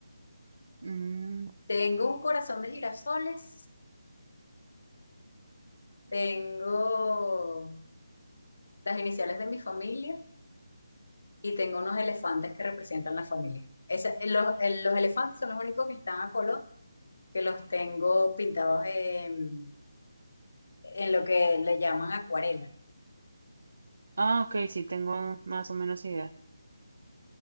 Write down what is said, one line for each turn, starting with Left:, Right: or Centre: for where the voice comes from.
Right: Mm,
Left: Tengo un corazón de girasoles, tengo las iniciales de mi familia y tengo unos elefantes que representan la familia. Esa- los, el- los elefantes son los únicos que están a color, que los tengo pintados en, en lo que le llaman acuarela.
Right: Ah, ok, sí, tengo más o menos idea.